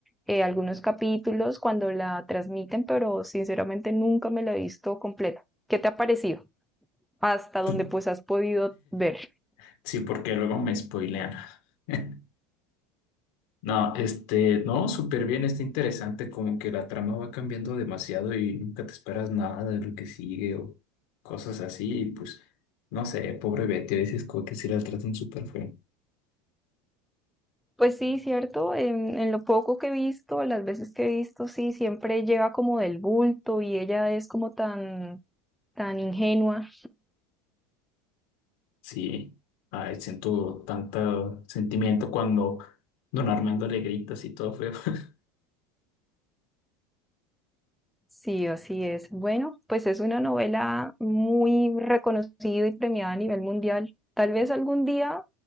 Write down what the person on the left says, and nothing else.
Su-
<laughs> sí, porque luego me spoilean. <laughs> No, este, no, súper bien, está interesante, como que la trama va cambiando demasiado y nunca te esperas nada de lo que sigue o cosas así, y pues, no sé, pobre Betty, a veces como que sí la tratan súper feo.
Sí, ay, siento tanto sentimiento cuando don Armando le grita así todo feo. <laughs>